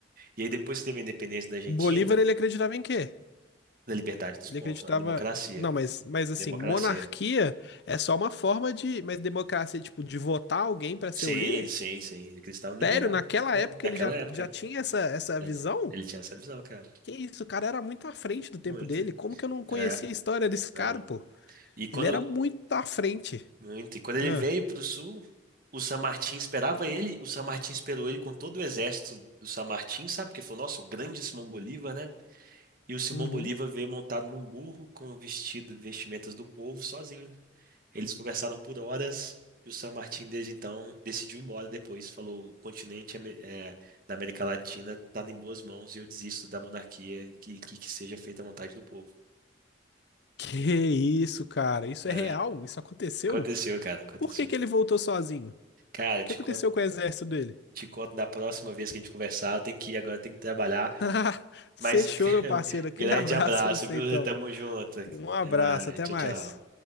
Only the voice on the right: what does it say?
E aí, depois que teve a independência da Argentina,
na liberdade dos
povos,
a democracia.
Democracia.
Sim,
sim, sim. Ele acreditava na liberdade.
né?
Naquela
época.
né?
Ele tinha essa visão, cara.
Muito.
É,
não.
E quando.
Muito. E quando ele
veio pro sul, o San Martín esperava ele, o San Martín esperou ele com todo o exército do San Martín, sabe? Porque falou, nossa, o grande Simão Bolívar, né? E o Simão
Bolívar veio montado num burro com vestido, vestimentas do povo, sozinho. Eles conversaram por horas e o San Martín, desde então, decidiu ir embora depois. Falou: o continente ame- eh, da América Latina está em boas mãos e eu desisto da monarquia e que, que, que seja feita a vontade do povo.
É,
aconteceu, cara, aconteceu.
Cara, eu te
conto,
te conto da próxima vez que a gente conversar. Eu tenho que ir agora, eu tenho que trabalhar.
Mas <laughs>
um
grande
abraço,
viu?
Tamo junto. Até
mais.
Tchau,
tchau.